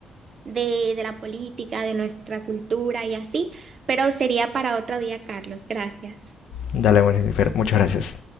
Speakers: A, on the right (about 45°); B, on the left (about 80°).
A: de, de la política, de nuestra cultura y así, pero sería para otro día, Carlos. Gracias.
B: Dale, Winifred, muchas gracias.